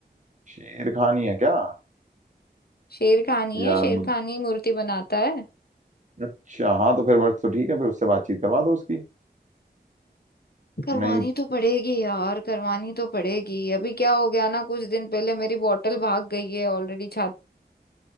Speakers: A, on the right (about 45°); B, on the left (about 70°).
A: शेर खान ही है क्या
B: शेर खान ही
A: यार
B: है शेर
A: मुझ...
B: खान ही मूर्ति बनाता है
A: अच्छा हाँ तो फिर बस तो ठीक है फिर उससे बातचीत करवा दो उसकी
B: करवानी
A: नहीं
B: तो पड़ेगी यार करवानी तो पड़ेगी अभी क्या हो गया ना कुछ दिन पहले मेरी बॉटल भाग गई है ऑलरेडी छात